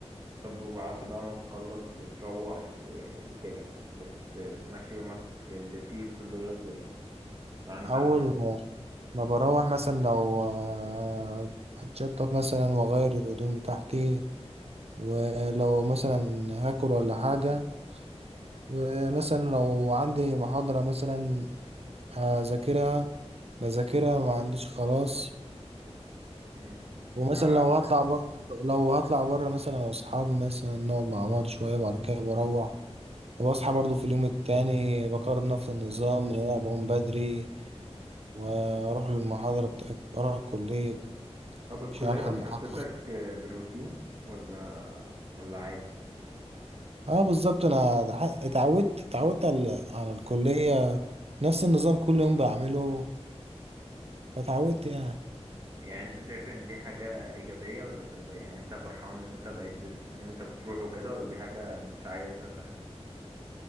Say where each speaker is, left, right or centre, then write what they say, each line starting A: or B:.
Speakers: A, on the right (about 30°); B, on the right (about 65°).
A: طب وبعد بقى ما بتخلص وتروح و... وكده بت... بتمشي يومك اللي فيه الكلية ازاي يعني انت
B: أول
A: هو
B: ما بروح مثلا لو آه، هتشطف مثلا وأغير الهدوم بتاعتي ولو مثلا هاكل ولا حاجة ومثلا لو عندي محاضرة مثلا هذاكرها بذاكرها ما عنديش خلاص
A: مم.
B: ومثلا
A: ما
B: لو هطلع بره لو هطلع بره مثلا انا واصحابي مثلا نقعد مع بعض شويه وبعد كده بروح وبصحى
A: مم.
B: برضو في اليوم التاني بكرر نفس النظام ان انا بقوم بدري واروح للمحاضره بتاع اروح الكليه
A: طب الكلية
B: عشان الحق
A: بتحسسك
B: المحاضره
A: بالروتين ولا ولا عادي
B: اه بالظبط انا ح- اتعودت اتعودت على على الكليه نفس النظام كل يوم بعمله فاتعودت يعني
A: يعني انت شايف ان دي حاجة ايجابية ولا سلبية يعني انت فرحان ان انت بقيت ب... ان انت بتروح وكده ولا دي حاجة مش عايزها تحصل